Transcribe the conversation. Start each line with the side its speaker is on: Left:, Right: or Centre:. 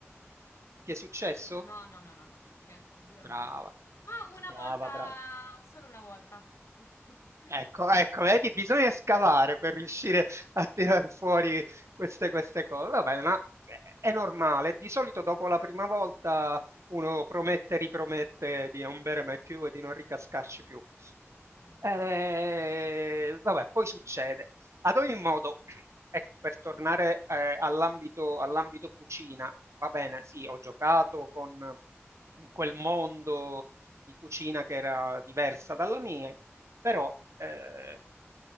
Right: Ti è successo?
Left: No, no, no, no, no, grazie a Dio
Right: Brava,
Left: no. Ma una
Right: brava,
Left: volta,
Right: brava.
Left: solo una volta. <laughs>
Right: Ecco, ecco, vedi, bisogna scavare per riuscire a tirar fuori queste, queste cose. Vabbè, ma è è normale. Di solito dopo la prima volta uno promette, ripromette di non bere mai più e di non ricascarci più.
Left: Esatto.
Right: Eh, vabbè, poi succede. Ad ogni modo, <clears throat> ecco, per tornare eh, all'ambito, all'ambito cucina, va bene, sì, ho giocato con in quel mondo di cucina che era diversa dalla mia, però, ehm,